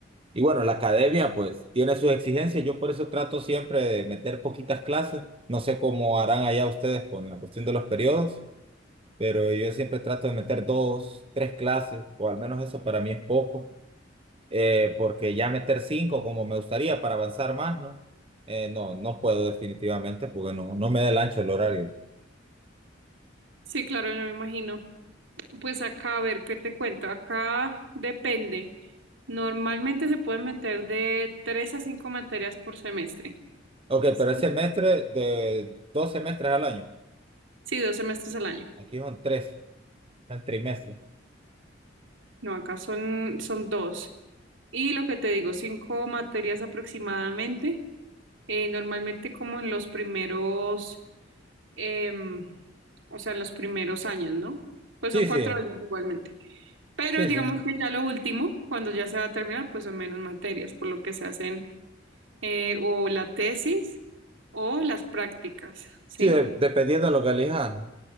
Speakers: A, on the right; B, on the right.
A: Y bueno, la academia pues tiene sus exigencias, yo por eso trato siempre de meter poquitas clases, no sé cómo harán allá ustedes con la cuestión de los periodos. pero yo siempre trato de meter dos, tres clases, o al menos eso para mí es poco, eh, porque ya meter cinco como me gustaría para avanzar más, ¿no? Eh, no, no puedo definitivamente porque no, no me da el ancho el horario.
B: Sí, claro, yo me imagino. Pues acá, a ver, ¿qué te cuento? Acá depende. Normalmente se pueden meter de tres a cinco materias por semestre.
A: Ok,
B: Sí,
A: pero es semestre de dos semestres al año.
B: Sí, dos semestres al año.
A: Aquí son tres, el trimestre.
B: No, acá son, son dos. Y lo que te digo, cinco materias aproximadamente. Eh, normalmente como en los primeros, em, o sea, en los primeros años, ¿no? Pues
A: Sí,
B: son cuatro
A: sí,
B: años igualmente. Pero
A: sí,
B: digamos
A: sí.
B: que ya lo último, cuando ya se va a terminar, pues son menos materias, por lo que se hacen eh, o la tesis o las prácticas, ¿sí?
A: Sí, de- dependiendo de lo que elijas, ¿no?